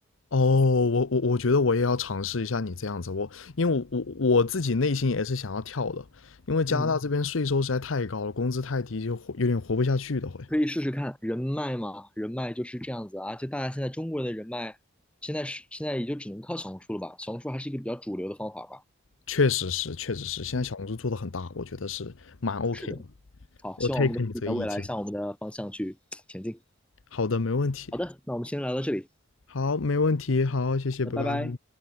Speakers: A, on the left; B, in the centre.
A: 哦，我我我觉得我也要尝试一下你这样子，我因为我我我自己内心也是想要跳的，因为加拿大这边税收实在太高了，
B: 嗯，
A: 工资太低就活有点活不下去的会。
B: 可以试试看人脉嘛，人脉就是这样子啊。就大家现在中国人的人脉，现在是现在也就只能靠小红书了吧？小红书还是一个比较主流的方法吧。
A: 确实是，确实是，现在小红书做的很大，
B: 嗯，
A: 我觉得是蛮 OK
B: 是的，
A: 的。
B: 好，
A: 我
B: 希望我们都可以在未来向我们的方向去前进。
A: take 你这个意见，好的，没问题，
B: 好的，那我们先聊到这里，
A: 好，没问题，好，谢谢，
B: 好的，
A: 拜拜。
B: 拜拜。